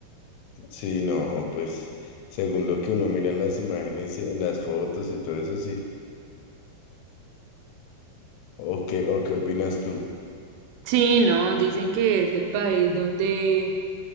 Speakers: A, on the left (about 85°); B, on the right (about 85°).
A: Sí, no, pues según lo que uno mira en las imágenes y en las fotos y todo eso, sí. ¿O qué, o qué opinas tú?
B: Sí, no, dicen que es el país donde